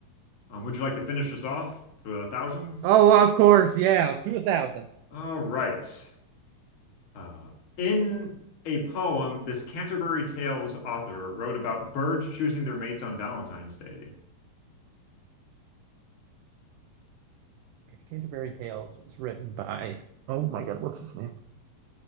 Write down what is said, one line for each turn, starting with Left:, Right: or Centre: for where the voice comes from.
Left: Um, would you like to finish this off for a thousand?
Right: Oh, of course. Yeah, to one thousand.
Left: All right. Uh, in a poem, this Canterbury Tales author wrote about birds choosing their mates on Valentine's Day.
Right: Okay, Canterbury Tales was written by. Oh my God, what's his name?